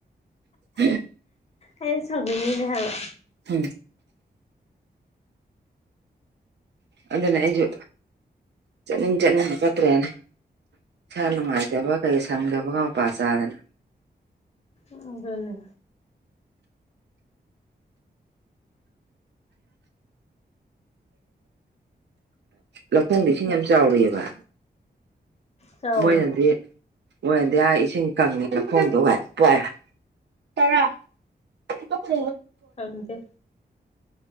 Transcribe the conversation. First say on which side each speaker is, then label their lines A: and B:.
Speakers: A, on the right; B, on the left.
A: <unintelligible>
B: ꯑꯩ ꯁꯥꯎꯅꯤꯡꯏꯅꯦ ꯍꯥꯏꯕ
A: ꯎꯝ ꯑꯗꯨꯅꯦ ꯑꯩꯖꯨ ꯆꯠꯅꯤꯡ ꯆꯠꯅꯤꯡꯅ ꯆꯠꯇ꯭ꯔꯦꯅꯦ ꯏꯁꯥ ꯅꯨꯡꯉꯥꯏꯇꯕ ꯀꯩꯒ ꯁꯪꯗꯕꯒ ꯃꯄꯥ ꯆꯥꯗꯅ
B: ꯑꯗꯨꯅꯤ
A: ꯂꯧꯈꯣꯡꯗ ꯏꯁꯤꯡ ꯌꯥꯝ ꯆꯥꯎꯔꯤꯕ
B: ꯆꯥꯎꯋꯦ
A: ꯃꯣꯏꯅꯗꯤ ꯃꯣꯏꯅꯗꯤ ꯍꯥꯥꯏ ꯏꯁꯤꯡ ꯀꯪꯉꯦꯅ ꯂꯧꯈꯣꯡꯗꯣ ꯋꯥꯏ ꯋꯥꯏ ꯇꯔꯥ ꯇꯨꯛ <inaudible>
B: ꯈꯪꯗꯦ